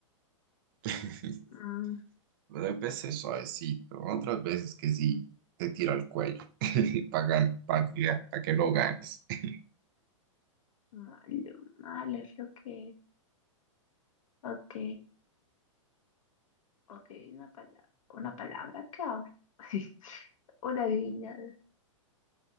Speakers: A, on the right; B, on the left.
A: <laughs>
B: mm,
A: Pero hay veces suavecito, otras veces que sí te tiro al cuello <laughs> para que, pa' que no ganes. <laughs>
B: malo, malo es lo que, ok, ok, una palabra, una palabra que habla, <laughs> una divinidad.